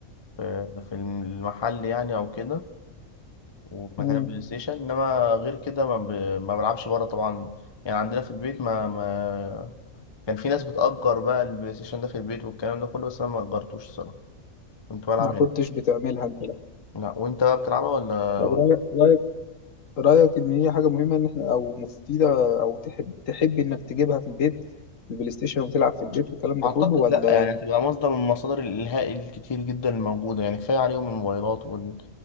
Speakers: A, on the left (about 25°); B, on the left (about 70°).
A: في في المحل يعني او كده ومكان
B: امم
A: البلاي ستيشن انما غير كده ما, ب... ما بلعبش بره طبعا يعني عندنا في البيت ما, ما كان في ناس بتأجر بقى البلاي ستيشن ده في البيت والكلام ده كله بس انا ما أجرتوش الصراحه كنت بلعب
B: ما
A: هنا
B: كنتش بتعملها انت لا
A: لا وانت بقى بتلعبها ولا
B: طب
A: ولا
B: رأيك رأيك إن هي حاجة مهمة إن إحنا أو مفيدة أو تحب تحب إنك تجيبها في البيت البلاي ستيشن وتلعب في البيت والكلام ده
A: اعتقد
B: كله ولا
A: لا يعني هتبقى مصدر من مصادر الالهاء الكتير جدا الموجوده يعني كفايه عليهم الموبايلات وال...